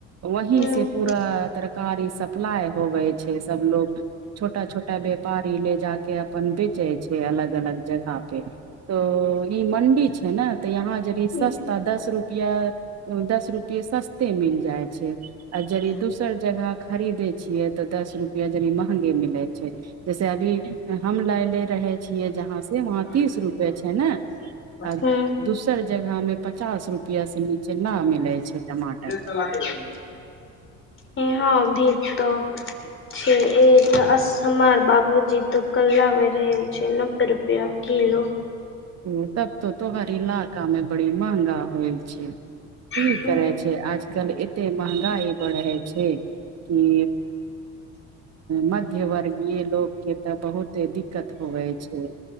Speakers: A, on the right; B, on the left.
A: वही
B: हूँ
A: से पूरा तरकारी सप्लाइ होबै सब लोग छोटा छोटा व्यापारी ले जाक अपन बेच च छै अलग अलग जगह पे तो ई मंडी छै ने तऽ यहाँ जे
B: हूँ
A: सस्ता दस रुपआ दस रुपे सस्ते मिल जाइ छै आ यद दोसर जगह खरीदे छियै तऽ दस रुपआ यद महंगे मिलैत छै जैसे अभी हम लायले रहे छियै जहाँ से वाहा तीस रूपे छै ने आ
B: हँ
A: दोसर जगह में पचास रुपआ से नीचे न मिले छै टमाटर
B: <unintelligible> ई यहाँ भी तऽ छै असमार बाबूजी त कलाबै रहल छै नब्बे रुपआ किलो
A: ओ तब तो तोहर ईलाका में बड़ी महगा हो छै की
B: हूं
A: करै छै आजकल एते महगाई बढ़ै छै कि मध्य वर्गीय लोग के तऽ बहुते दिक्क दिक्कत होवे छै